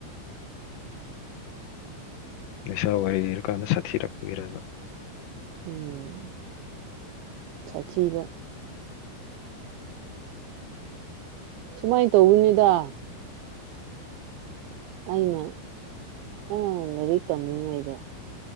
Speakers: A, on the left; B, on the right.
A: ꯂꯩꯁꯥ ꯑꯣꯏꯔꯤꯔꯀꯥꯟꯗ ꯁꯥꯊꯤꯔꯛꯄꯥꯒꯤꯔꯕ
B: <inaudible> ꯎꯝ ꯁꯥꯊꯤꯕ ꯁꯨꯃꯥꯏꯟ ꯇꯧꯕꯅꯤꯗꯥ ꯑꯩꯅ ꯑꯥ ꯂꯥꯏꯔꯤꯛ ꯇꯝꯂꯤꯉꯩꯗ